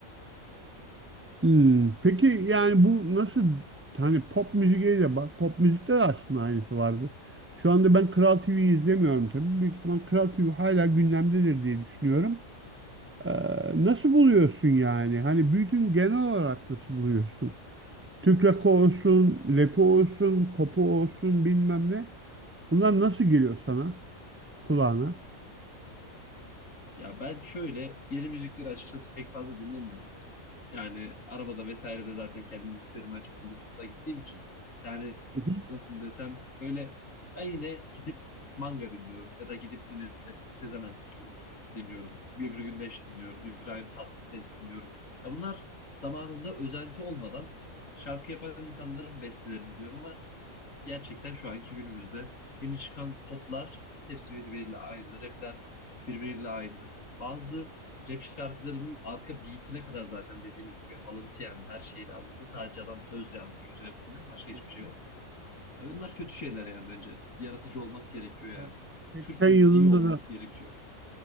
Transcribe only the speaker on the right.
Hmm, Peki yani bu nasıl hani pop müziğe de bak pop müzikte de aslında aynısı vardı. Şu anda ben Kral TV'yi izlemiyorum tabii. Büyük ihtimal Kral TV hala gündemdedir diye düşünüyorum. Ee, nasıl buluyorsun yani? Hani bütün genel olarak nasıl buluyorsun? Türk rakı olsun, lepo olsun, popo olsun bilmem ne. Bunlar nasıl geliyor sana, kulağına?
Hı hı.
Hı
hı.
Ha,
80
yılında
da